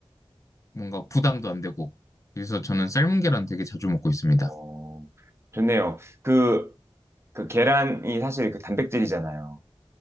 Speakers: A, on the left; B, on the right.
A: 뭔가 부담도 안 되고 그래서 저는 삶은 계란 되게 자주 먹고 있습니다.
B: 어, 좋네요. 그, 그 계란이 사실 그 단백질이잖아요.